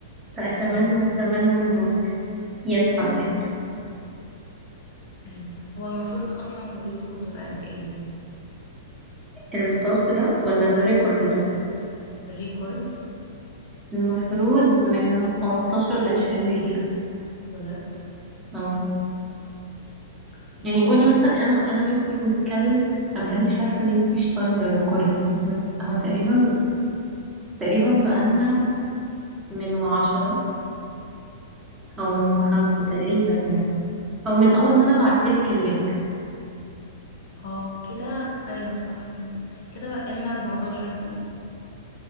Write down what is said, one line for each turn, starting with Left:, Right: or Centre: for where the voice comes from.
Right: فأتمنى
Left: ايوه
Right: أتمنى إنه ينفع يعني
Left: ايوه هو المفروض اصلا مدته تبقى قد ايه
Right: التاسك ده ولا الريكورد ده
Left: الريكورد
Right: المفروض من 15 لعشرين دقيقة
Left: بجد
Right: اه
Left: أوكي.
Right: يعني قولي مثلا أنا أنا وأنتي بنتكلم أنا بجد مش عارفة ليه مفيش تايم للريكوردينج بس هو تقريبا تقريبا بقالنا من وعشرة أو من خمسة تقريبا يعني أو من أول ما أنا بعتلك اللينك
Left: اه كده ايوه صح كده كده بقى لنا 14 دقيقه